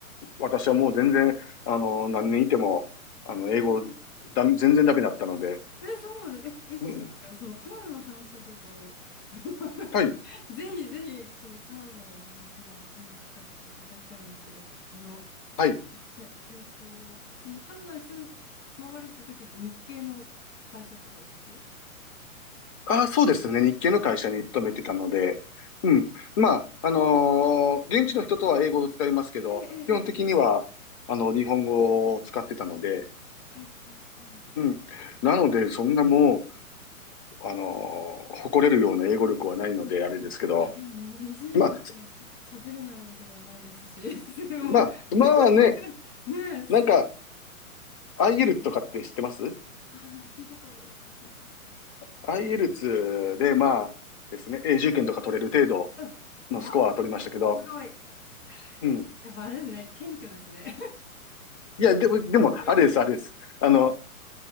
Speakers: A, on the left (about 25°); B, on the left (about 60°).
A: 私はもう全然、あの、何年いても、あの、英語、
B: い
A: だ、全然ダメだったので。
B: や、え、そうなんです。え、え、そうだから、
A: うん、
B: そのカナダの話をちょっと、<laughs>
A: はい、
B: ぜひぜひ、ちょっとカナダのお話も今度聞かせていただきたいんですけど、あの、
A: はい。
B: じゃあ、えっと、そのカナダに住ん、回られてた時って日系の会社とかですか
A: ああ、そうですね。日系の会社に勤めてたので。
B: ああー、
A: うん。まあ、あのー現地の人とは英語を使いますけど、
B: へえ、え、え、ええ、
A: 基本的には、
B: ええ
A: あの、日本語を使ってたので。
B: はいはいはい。
A: うん。なので、そんなもう、あのー誇れるような英語力はないので、あれですけど。
B: いや、でもに20年いたらさ、
A: まあ、
B: 喋れないわけがないですし、<laughs> でも、
A: まあ、まあね、
B: <laughs> ねえ、す、
A: なんか、IELTS とかって知ってます
B: あ、なんか聞いたこと、聞いたことある。
A: IELTS で、まあですね、永住権とか取れる程度
B: あ、うん、
A: のスコアは取りましたけど、
B: わ、すごい。<sighs>
A: うん。
B: やっぱあれですね、謙虚ですね。
A: いや、でも、
B: <laughs>
A: でも、
B: 謙虚。
A: あれです、あれです。あの、